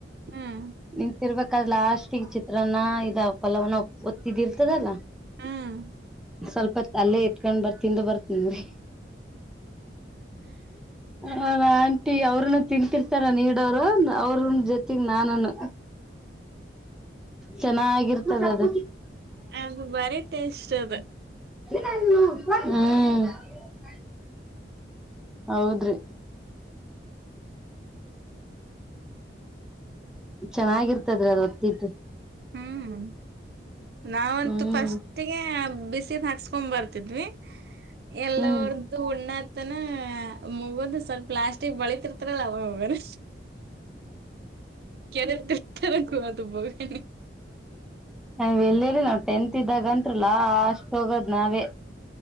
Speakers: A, on the right; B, in the centre.
A: ಹ್ಮ್
B: ನಿಂತಿರಬೇಕಾದರ ಲಾಸ್ಟ್ಗ ಚಿತ್ರಾನ್ನ ಇದ ಪಲವಾನ್ನ ಹೊತ್ತಿದ್ದ ಇರ್ತದಲ್ಲಾ
A: ಹ್ಮ್
B: ಸ್ವಲ್ಪ ಹೊತ್ತ ಅಲ್ಲೇ ಇಟ್ಕೊಂಡ್ ಬರ್ತೀನಿ ತಿಂದು ಬರ್ತನ್ರಿ. ಹ ಆಂಟಿ ಅವ್ರನ್ನ ತಿಂತಿರ್ತಾರ ನೀಡವರು ಅವ್ರ ಜೊತೆಗ ನಾನುನು. ಚೆನ್ನಾಗಿರ್ತದ ಅದ.
A: ಅದು ಬರಿ ಟೇಸ್ಟ ಅದ.
B: ಹ್ಮ್. ಹೌದ್ರಿ ಚೆನ್ನಾಗಿರ್ತದ್ರಿ ಅದು ಹೊತ್ತಿದ್ದು
A: ಹ್ಮ್ ನಾವಂತೂ
B: ಹ್ಮ್
A: ಫಸ್ಟ್ ಒಟ್ಟಿಗೆ ಬಿಸಿದ ಹಾಕಿಸಿಕೊಂಡು ಬರ್ತಿದ್ವಿ ಎಲ್ಲರ
B: ಹ್ಮ್
A: ಉಣ್ಣಾತ್ತನ ಮುಗದ ಸ್ವಲ್ಪ ಲಾಸ್ಟಿಗ್ ಬಳಿತಿರ್ತಾರಲ್ಲ ಅವ ಹೋಗೂನ ಕೆರೆತಿರುತ್ತಾರ ಅದ ಬೋಗಣಿ.
B: ನಾವ್ ಎಲ್ಲಿರರಿ ನಾವ್ ಟೆಂತ್ ಇದ್ದಾಗಂತ್ರಿ ಲಾಷ್ಟ ಹೋಗದ್ ನಾವೇ.